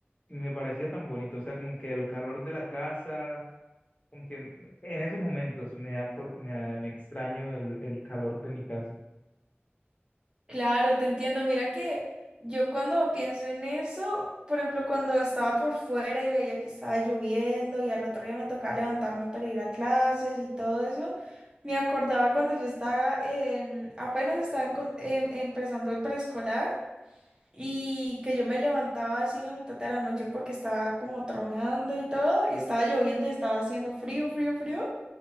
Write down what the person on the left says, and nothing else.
Y me parecía tan bonito, o sea, como que el calor de la casa, como que m- en esos momentos me da por, me da- me extraño el, el calor de mi casa.